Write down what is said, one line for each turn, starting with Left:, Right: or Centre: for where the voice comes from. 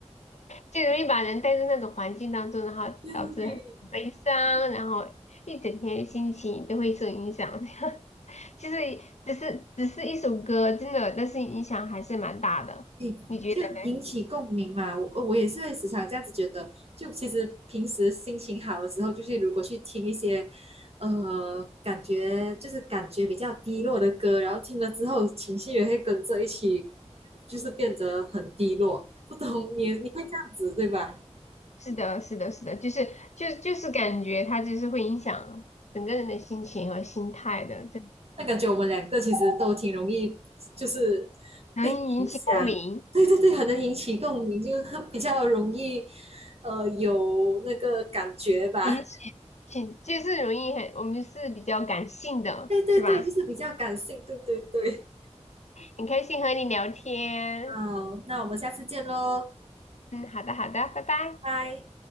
Left: 就容易把人带入那种环境当中，然后导致很悲伤，
Right: <laughs>
Left: 然后一整天心情都会受影响。<laughs> 这样，其实只是只是一首歌，真的，但是影响还是蛮大的，
Right: 你就引起共鸣嘛。
Left: 你觉得呢？
Right: 我我也是会时常这样子觉得，就其实平时心情好的时候，就是如果去听一些，呃，感觉就是感觉比较低落的歌，然后听了之后情绪也会跟着一起，就是变得很低落。不懂你你会这样子对吧？
Left: 是的，是的，是的，就是就就是感觉它就是会影响整个人的心情和心态的，就
Right: 那感觉我们两个其实都挺容易，就是
Left: 容易引起共鸣，
Right: 被影响。对对对，很能引起共鸣，就 <laughs> 是比较容易，呃，有那个感觉吧。
Left: 引起挺就是容易很，我们是比较感性的，
Right: 对对对，
Left: 是吧？
Right: 就是比较感性，对对对。
Left: 很开心和你聊天，
Right: 好，那我们下次见喽，
Left: 嗯，好的，好的，拜拜。
Right: 拜。